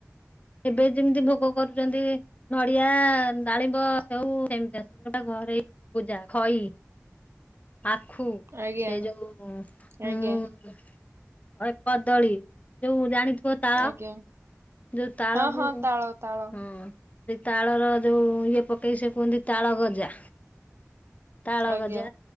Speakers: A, on the left; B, on the right.
A: ଏବେ ଯେମିତି ଭୋଗ କରୁଛନ୍ତି ନଡିଆ ଡାଳିମ୍ବ ସବୁ ସେମତି ଘରେ <unintelligible> ପୂଜା ଖଇ। ଆଖୁ
B: ଆଜ୍ଞା
A: ସେ ଯୋଉ ଉ
B: ଆଜ୍ଞା
A: କଦଳୀ ଯୋଉ ଜାଣିଥିବ ତାଳ
B: ଆଜ୍ଞା
A: ଯୋଉ ତାଳକୁ
B: ହଁ ହଁ ତାଳ ତାଳ।
A: ହଁ ସେଇ ତାଳର ଯୋଉ ଇଏ ପକେଇକି ସେ କୁହନ୍ତି ତାଳ ଗଜା। ତାଳ
B: ଆଜ୍ଞା
A: ଗଜା।